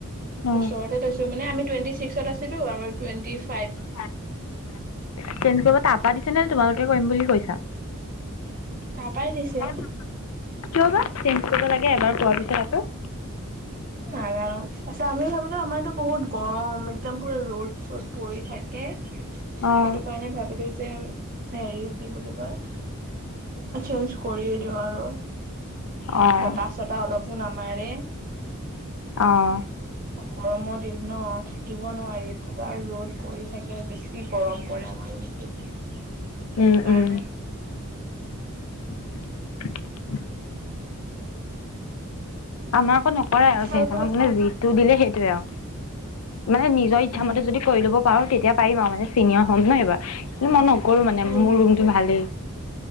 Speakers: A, on the left (about 75°); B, on the right (about 40°).
A: অ',
B: ওচৰতে লৈছো মানে, আমি- টুৱেণ্টি ছিক্সত আছিলো, আৰু টুৱেন্টিফ।
A: তেনকে তাৰপৰাই দিছিলে নে, তোমাক। কি কৰিম বুলি কৈছা?
B: তাৰপাই দিছে
A: কিয় বা' চেঞ্জ কৰিব লাগে, এবাৰ পোৱাৰ পিছত আকৌ।
B: নাজানো। তাৰপিছত ভাবিলো, আমাৰতো বহুত গৰম একদম পুৰা ৰ'দ, চ'দ পৰি থাকে। সেইটো
A: অ',
B: কাৰণে ভাবিলো- হেৰি কি বুলি কয়- চেঞ্জ কৰিয়ে দিও আৰু।
A: অ',
B: বতাহ, চতাহ অলপো নামাৰে,
A: অ',
B: গৰমৰ দিন ন ঠাণ্ড থাকিব নোৱাৰি, পুৰা ৰ'দ পৰি থাকে, বেছি গৰম পৰে আমাৰ ৰুমটোত- সেইটো
A: উম,
B: কাৰণে।
A: উম, <unintelligible> আমাৰ একো নাই। পৰে আৰু
B: তোমালোকৰ
A: খনত মানে, যিটো দিলে সেইটোৱে আৰু- মানে, নিজৰ ইচ্ছা
B: উম
A: মতে যদি কৰি ল'ব- পাৰু, তেতিয়া পাৰিবা আৰু মানে' চিনিয়ৰ হ'ম ন এইবাৰ। কিন্তু'
B: অ
A: মই নকৰো মানে,
B: অ
A: মোৰ ৰুমটো ভালেই।